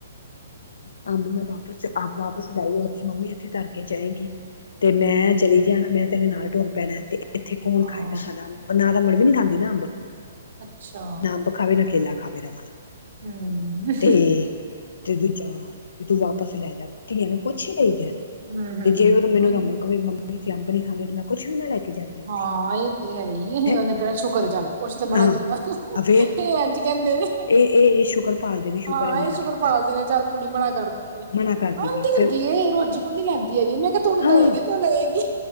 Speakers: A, on the left; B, on the right.
A: ਹਾਂ ਮੈਂ ਵਾਪਸ ਆਪ ਵਾਪਸ ਲੈ ਜਾਓ ਤੁਸੀਂ ਮੰਮੀ ਇੱਥੇ ਧਰ ਕੇ ਜਾਏਗੀ। ਤੇ ਮੈਂ
B: ਹਮ
A: ਚਲੀ ਜਾਣਾ ਮੈਂ ਤੇਰੇ ਨਾਲ ਟੁਰ ਪੈਣਾ ਤੇ ਇੱਥੇ ਕੌਣ
B: ਹਾਂ
A: ਖਾਏਗਾ ਸਾਡਾ ਅੰਬ। ਨਾ ਰਮਣ ਵੀ ਨੀ ਖਾਂਦੀ ਨਾ ਅੰਬ।
B: ਅੱਛਾ
A: ਨਾ ਅੰਬ ਖਾਵੇ ਨਾ ਕੇਲਾ ਖਾਵੇ ਰਮਨ।
B: ਹੂੰ
A: ਤੇ ਤੇ ਦੂਜਾ ਵੀ ਤੂੰ ਵਾਪਸ ਲੈ ਜਾ ਧੀਆਂ ਨੂੰ ਪੁੱਛ ਹੀ ਲਈ ਦਾ ਐ।
B: ਹਮ
A: ਤੇ ਜੇ ਉਹ ਮੈਨੂੰ
B: ਹਮ
A: ਰਮਨ ਕਵੇ ਮੰਮੀ ਅਸੀਂ ਅਬਣੀ ਖਾਂਦੇ ਤੇ ਮੈਂ ਕੁੱਝ ਵੀ ਨਾ ਲੈ ਕੇ ਜਾਂਦੀ ਉੱਥੇ
B: ਹਾਂ ਇਹ ਤੇ ਹੈ ਹੀ ਹੀ
A: ਹੈਂ
B: ਉਹਨੇ ਕਿਹੜਾ ਸ਼ੁਕਰ ਚੱਲ ਕੁੱਛ ਤੇ ਮਨਾ
A: ਹਾਂ
B: ਕੀਤਾ ਤੂੰ
A: ਫੇਰ
B: ਇਹ ਅੱਜ ਕਹਿੰਦੇ ਨੇ
A: ਇਹ ਇਹ ਸ਼ੁਕਰ ਭਾਲਦੇ ਵੀ
B: ਹਾਂ
A: ਮਨਾ
B: ਇਹ ਸ਼ੁਕਰ
A: ਕੀਤਾ
B: ਪਾਲਦੇ ਨੇ ਚੱਲ ਕੁੜੀ ਮਨਾ ਕਰਦੀ ਏ।
A: ਮਨਾ ਕਰਦੀ
B: ਆਉਂਦੀ
A: ਪਈ
B: ਹੁੰਦੀ
A: ਫਿਰ
B: ਰੋਜ਼ ਕਦੀ ਲੈਂਦੀ ਹੈਗੀ ਮੈਂ ਕਿਹਾ ਤਹਨੂੰ
A: ਹਾਂ
B: ਦਏਗੀ ਤੂੰ ਲਏਗੀ।